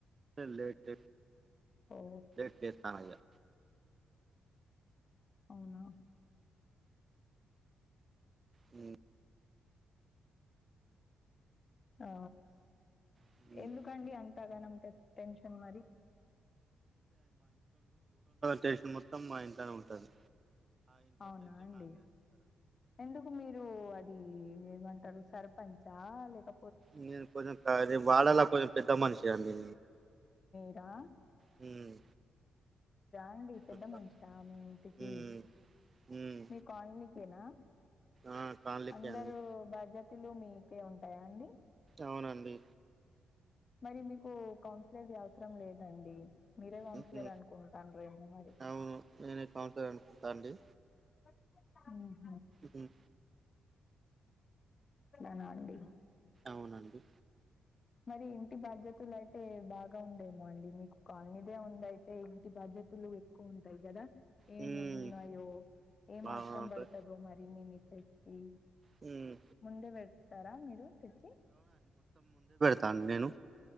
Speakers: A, on the right (about 40°); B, on the left (about 45°).
A: లేట్ లేట్
B: ఓ
A: లేట్ లేస్తనిగా
B: అవునా
A: అ
B: ఆ
A: ఉమ్.
B: ఎందుకండి అంత ప్రగానం టెస్ట్ టెన్షన్ మరి
A: చేసిన మొత్తం మా ఇంట్లోనే ఉంటుంది
B: అవునా అండి ఎందుకు మీరు అది ఏమంటారు సర్పంచా లేక
A: నేను కొంచెం కా వాడలా కొంచెం పెద్ద మనిషి అండి
B: మీరా
A: హ్మ్.
B: అండి పెద్ద
A: అట్లా
B: మనిషా మీ ఇంటికి
A: హ్మ్. హ్మ్.
B: మీ కోలనీకేనా
A: ఆ! కాళ్ళకి
B: అందరుూ
A: అండి.
B: బజ తులు మీకే ఉంటాయా అండి
A: అవునండి
B: మరి మీకు కౌన్సిలర్ అవసరం లేదండి మీరే కౌన్సిలర్
A: ఓకే
B: అనుకుంటాన్రేమో మరి.
A: అవును నేనే కౌన్సలర్ అనుకుంటా అండి
B: అ
A: హ్మ్
B: నండి
A: అవునండి
B: మరి ఇంటి బాధ్యతలు అయితే బాగా ఉండేమో అండి మీకు కాలనీదే ఉందయితే ఇంటి బాధ్య జతులు ఎక్కువ ఉంటాయి కదా ఏం
A: హ్మ్.
B: ఉన్నాయో ఏం అవసరం
A: అవునండి.
B: పడుతదో మరి మీ మిస్సెస్ కి
A: హ్మ్.
B: ముందే పెడతారా మీరు తెచ్చి
A: తా నేను